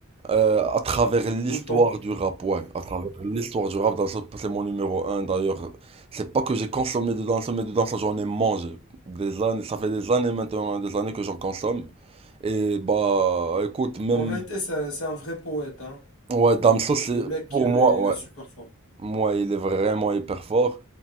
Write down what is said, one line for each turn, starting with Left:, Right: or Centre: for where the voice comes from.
Right: Euh, à travers l'histoire
Left: Tout le temps.
Right: du rap, ouais, à travers l'histoire du rap, Danso, c'est mon numéro un d'ailleurs. C'est pas que j'ai consommé de danse, mais de danse, j'en ai mangé. Des années, ça fait des années maintenant, hein, des années que j'en consomme. Et bah, écoute, même,
Left: En vérité, c'est un, c'est un vrai poète, hein.
Right: ouais, Damso, c'est
Left: Le mec,
Right: pour
Left: euh,
Right: moi,
Left: il
Right: ouais,
Left: est super fort.
Right: moi, il est vraiment hyper fort.